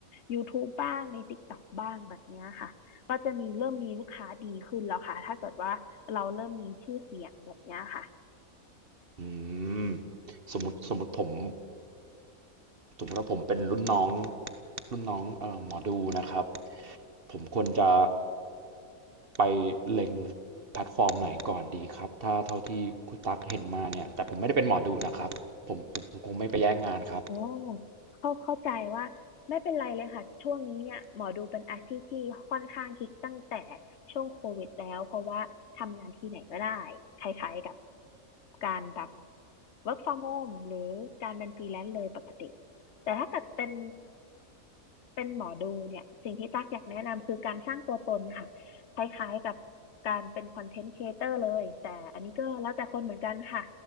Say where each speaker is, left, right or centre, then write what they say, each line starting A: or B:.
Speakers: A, on the left; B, on the right.
A: YouTube บบ้างใน TikTok บ้างแบบเนี้ยค่ะ ก็จะมีเริ่มมีลูกค้าดีขึ้นแล้วค่ะ ถ้าเกิดว่าเราเริ่มมีชื่อเสียงแบบเนี้ยค่ะ
B: อืมสมมติสมมติผม สมมติว่าผมเป็นรุ่นน้องรุ่นน้องเอ่อหมอดูนะครับผมควรจะไปเล็งแพลตฟอร์มไหนก่อนดีครับถ้าเท่าที่คุณตั๊กเห็นมาเนี่ยแต่ผมไม่ได้เป็นหมอดูนะครับผมผมผมคงไม่ไปแย่งงานครับ
A: โอ้เข้าเข้าใจว่าไม่เป็นไรเลยค่ะช่วงนี้เนี่ยหมอดูเป็นอาชีพที่ค่อนข้างฮิตตั้งแต่ช่วงโควิดแล้วเพราะว่าทำงานที่ไหนก็ได้คล้ายๆกับการแบบ work from home หรือการเป็นฟรีแลนซ์เลยปกติแต่ถ้าเกิดเป็น เป็นหมอดูเนี่ยสิ่งที่ตั๊กอยากแนะนำคือการสร้างตัวตนค่ะคล้ายๆกับการเป็นคอนเทนต์ครีเอเตอร์เลยแต่อันนี้ก็แล้วแต่คนเหมือนกันค่ะ